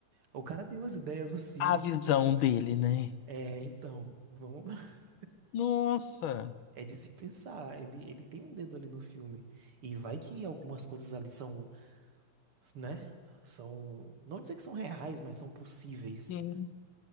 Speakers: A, on the right (about 75°); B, on the left (about 70°).
A: O cara deu umas ideias assim.
B: a visão
A: que-
B: dele, né?
A: É, então, vamos. <laughs>
B: Nossa,
A: É de se pensar. Ele, ele tem um dedo ali no filme. E vai que algumas coisas ali são, né? São. Não dizer que são reais, mas são possíveis.
B: sim.